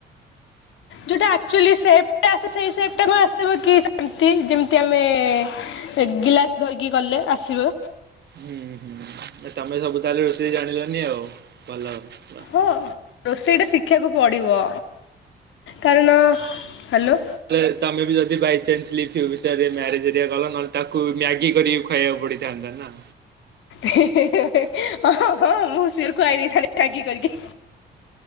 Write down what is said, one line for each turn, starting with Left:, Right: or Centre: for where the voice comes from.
Left: ଯୋଉଟା ଆକଚୋଲି ସେପଟା ଆସେ ସେଇ ସେପଟା କଣ ଆସିବ କି ସେମତି ଯେମତି ଆମେ ସେ ଗିଲାସ ଧରିକି ଗଲେ ଆସିବ।
Right: ହୁଁ ହୁଁ ଆଉ ତମେ ସବୁ ତାହେଲେ ରୋଷେଇ ଜାଣିଲନି ଆଉ ଭଲ ଭଲ
Left: ହଁ ରୋଷେଇଟା ଶିଖିବାକୁ ପଡ଼ିବ କାରଣ ହାଲୋ
Right: ହେଲେ ତମେ ବି ଯଦି ବାଇଚାନ୍ସ ଲି ଫ୍ୟୁଚରରେ ମ୍ୟାରେଜ ହରିକା କଲ ନହେଲେ ତାକୁ ବି ମ୍ୟାଗି କରିକି ଖୁ ଖହିବାକୁ ପଡ଼ଥାନ୍ତା ନା।
Left: ହେ ହେ ହେ ହେ ଅ ହଁ ହଁ ହଁ ମୁଁ ସିଏ ବି ଖୁଆଇ ଦେଇଥାନ୍ତି ମ୍ୟାଗି କରିକି।